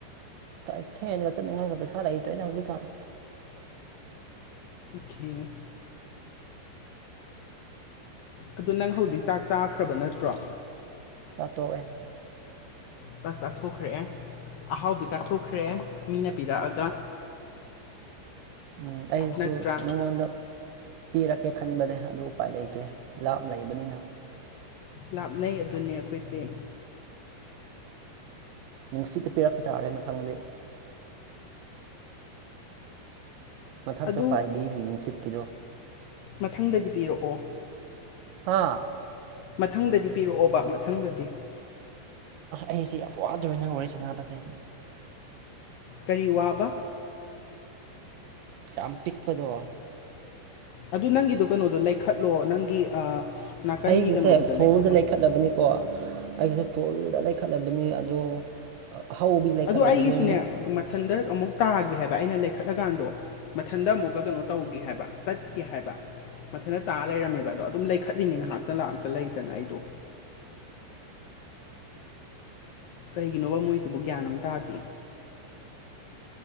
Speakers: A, on the right; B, on the left.
A: ꯑꯁꯥꯏ ꯊꯦꯟꯅꯒ ꯆꯠꯅꯤꯡꯉꯥꯏꯒ ꯄꯩꯁꯥ ꯂꯩꯇ꯭ꯔꯣꯏꯅꯦ ꯍꯧꯖꯤꯛꯀꯥꯟ
B: ꯈꯦ ꯑꯗꯨ ꯅꯪ ꯍꯧꯖꯤꯛ ꯆꯥꯛ ꯆꯥꯈ꯭ꯔꯕ ꯅꯠꯇ꯭ꯔꯣ
A: ꯆꯥꯠꯇꯣꯛꯑꯦ
B: ꯆꯥꯛ ꯆꯥꯊꯣꯛꯈ꯭ꯔꯑꯦ ꯑꯍꯥꯎꯕꯤ ꯆꯥꯊꯣꯛꯈ꯭ꯔꯑꯦ ꯃꯤꯅ ꯄꯤꯔꯛꯑꯒ
A: <inaudible> <unintelligible> ꯑꯩꯁꯨ
B: ꯅꯠꯇ꯭ꯔꯥ
A: ꯅꯪꯉꯣꯟꯗ ꯄꯤꯔꯛꯀꯦ ꯈꯟꯕꯅꯦ ꯑꯗꯨ ꯎꯄꯥꯏ ꯂꯩꯇꯦ ꯂꯥꯞ ꯂꯩꯕꯅꯤꯅ
B: ꯂꯥꯞꯅꯩ ꯑꯗꯨꯅꯦ ꯑꯩꯈꯣꯏꯁꯦ
A: ꯅꯨꯡꯁꯤꯠꯇ ꯄꯤꯔꯛꯄ ꯇꯥꯔꯦ ꯃꯊꯪꯗꯤ ꯃꯊꯛꯇ
B: ꯑꯗꯨ
A: ꯄꯥꯏꯕꯤꯒꯤ ꯅꯤꯡꯁꯤꯠꯀꯤꯗꯣ
B: ꯃꯊꯪꯗꯗꯤ ꯄꯤꯔꯛꯑꯣ
A: ꯍꯥ
B: ꯃꯊꯪꯗꯗꯤ ꯄꯤꯔꯛꯑꯣꯕ ꯃꯊꯪꯗꯗꯤ
A: ꯑꯩꯁꯦ ꯌꯥꯝ ꯋꯥꯗꯔꯅꯤ ꯅꯪ ꯋꯥꯔꯤ ꯁꯥꯟꯅꯕꯁꯦ
B: ꯀꯔꯤ ꯋꯥꯕ
A: ꯌꯥꯝ ꯄꯤꯛꯄꯗꯣ
B: ꯑꯗꯨ ꯅꯪꯒꯤꯗꯣ ꯀꯩꯅꯣꯗꯣ ꯂꯩꯈꯠꯂꯣ ꯅꯪꯒꯤ ꯅꯥꯀꯟꯒꯤ
A: ꯑꯩꯒꯤꯁꯦ
B: ꯀꯩꯅꯣꯗꯨꯗ
A: ꯐꯣꯜꯗ
B: ꯂꯩꯈꯠꯂꯣ
A: ꯂꯩꯈꯠꯂꯕꯅꯤꯣ ꯀꯣ ꯑꯩꯁꯦ ꯄꯨꯜꯗ ꯂꯩꯈꯠꯂꯕꯅꯤ ꯑꯗꯣ ꯍꯧꯕꯤ ꯂꯩꯈꯠꯂꯕꯅꯤ
B: ꯑꯗꯨ ꯑꯩꯒꯤꯁꯨꯅꯦ ꯃꯊꯟꯗ ꯑꯃꯨꯛ ꯇꯥꯒꯦ ꯍꯥꯏꯕ ꯑꯩꯅ ꯂꯩꯈꯠꯂꯀꯥꯟꯗꯣ ꯃꯊꯟꯗ ꯑꯃꯨꯛꯀ ꯀꯩꯅꯣ ꯇꯧꯒꯦ ꯍꯥꯏꯕ ꯆꯠꯀꯦ ꯍꯥꯏꯕ ꯃꯊꯇ ꯇꯥ ꯂꯩꯔꯝꯃꯦꯕ ꯑꯗꯣ ꯑꯗꯨꯝ ꯂꯩꯈꯠꯂꯤꯅꯤ ꯉꯥꯏꯍꯥꯛꯇ ꯉꯥꯛꯥꯛꯇ ꯂꯩꯇꯅ ꯑꯩꯗꯣ
A: <inaudible> <unintelligible>
B: ꯀꯔꯤꯒꯤꯅꯣꯕ ꯃꯣꯏꯁꯤꯕꯨ ꯒ꯭ꯌꯥꯟ ꯑꯃ ꯇꯥꯗꯦ